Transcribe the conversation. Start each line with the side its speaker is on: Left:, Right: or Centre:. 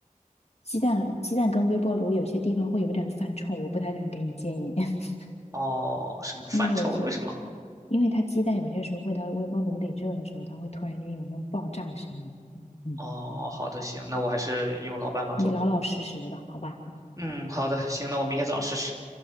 Left: 鸡蛋鸡蛋跟微波炉有些地方会有点犯冲，我不太敢给你建议，<laughs>
Right: 哦，什么饭臭？
Left: 因为有些，
Right: 为什么？
Left: 因为它鸡蛋有些时候会到微波炉里热的时候，它会突然间有那种爆炸的声音。嗯嗯嗯，
Right: 哦，好的行，那我还是用老办法做吧。
Left: 你老老实实的，好吧？
Right: 嗯，好的，行，那我明天早上试试。